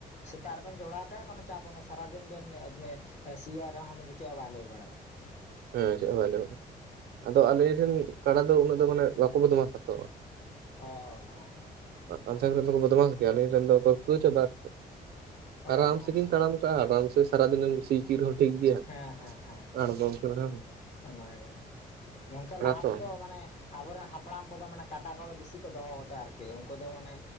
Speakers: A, on the left; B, on the right.
A: ᱥᱮᱛᱟᱜ ᱨᱮ ᱵᱮᱱ ᱡᱚᱲᱟᱣ ᱠᱟᱭᱟ ᱠᱚᱱᱚ ᱪᱟᱵᱚᱱᱟ ᱥᱟᱨᱟᱫᱤᱱ ᱵᱮᱱ <unintelligible> ᱟᱭᱥᱤᱭᱟᱜ ᱨᱟᱜ ᱩᱱᱤ ᱫᱚ ᱪᱮᱫ ᱦᱚᱸ ᱵᱟᱭ ᱞᱟᱹᱭ ᱵᱟᱲᱟᱭᱟ
B: ᱦᱮᱸ ᱪᱮᱫ ᱦᱚᱸ ᱵᱟᱭ ᱞᱟ. ᱭ ᱵᱟᱲᱟ ᱟᱫᱚ ᱟᱞᱮᱨᱮᱱ ᱠᱟᱰᱟ ᱫᱚ ᱩᱱᱟᱹᱜ ᱫᱚ ᱢᱟᱱᱮ ᱵᱟᱠᱚ ᱵᱚᱫᱢᱟᱥ-ᱟ ᱛᱚ
A: ᱚ
B: <unintelligible> <unintelligible> ᱵᱚᱫᱢᱟᱥ ᱜᱤᱭᱟ ᱟᱞᱤᱧ ᱨᱮᱱ ᱫᱚ ᱠᱚ <unintelligible>
A: ᱚ
B: ᱟᱨᱟᱢ ᱥᱮ ᱜᱤᱧ ᱛᱟᱲᱟᱢ ᱟᱠᱟᱜᱼᱟ ᱟᱨᱟᱢ ᱟᱱᱡ ᱥᱮ ᱥᱟᱨᱟ ᱫᱤᱱᱮᱢ ᱥᱤ ᱛᱠᱤᱨ ᱦᱚᱸ ᱴᱷᱤᱠ ᱜᱮᱭᱟ
A: ᱦᱮᱸ ᱦᱮᱸ ᱦᱮᱸ
B: ᱟᱬᱜᱚᱢ ᱠᱚᱨᱮ ᱦᱚᱸ
A: ᱚᱱᱟᱜᱮ ᱜᱝᱠᱮ ᱞᱟᱦᱟ
B: ᱛᱚ
A: ᱛᱮᱫᱚ ᱢᱟᱱᱮ ᱟᱵᱚᱨᱮᱱ ᱦᱟᱯᱲᱟᱢ ᱠᱚᱫᱚ ᱢᱟᱱᱮ ᱠᱟᱰᱟ ᱠᱚᱜᱮ ᱵᱤᱥᱤ ᱠᱚ ᱫᱚᱦᱚ ᱠᱟᱛᱟᱭᱟ ᱟᱨᱠᱤ ᱩᱝᱠᱩ ᱫᱚ ᱢᱟᱱᱮ